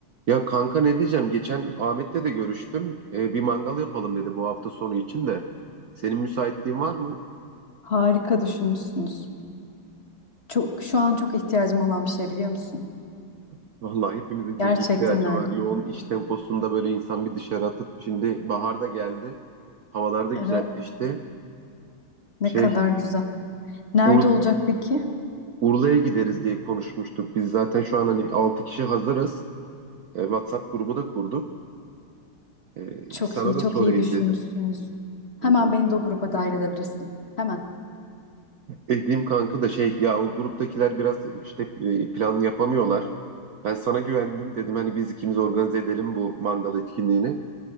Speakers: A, on the right (about 60°); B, on the left (about 30°).
A: Ya kanka ne diyeceğim? Geçen Ahmet'le de görüştüm. Ee, bir mangal yapalım dedi bu hafta sonu için de. Senin müsaitliğin var mı?
B: Harika düşünmüşsünüz. Çok, şu an çok ihtiyacım olan bir şey biliyor musun?
A: <laughs> Vallahi hepimizin çok
B: Gerçekten
A: ihtiyacı
B: öyle.
A: var. Yoğun iş temposunda böyle insan bir dışarı atıp şimdi bahar da geldi. Havalar da güzelleşti.
B: Evet. Ne
A: Şey
B: kadar güzel. Nerede
A: Ur-
B: olacak peki?
A: Urla'ya gideriz diye konuşmuştuk. Biz zaten şu an hani 6 kişi hazırız. Ee, WhatsApp grubu da kurduk. Ee,
B: Çok
A: sana
B: iyi,
A: da
B: çok
A: sorayım
B: iyi düşünmüşsünüz.
A: dedim.
B: Hemen
A: Hı hı.
B: beni de o gruba dahil edebilirsin. Hemen.
A: Dediğim kanka da şey ya o gruptakiler biraz işte e, plan yapamıyorlar. Ben sana güvendim dedim hani biz ikimiz organize edelim bu mangal etkinliğini.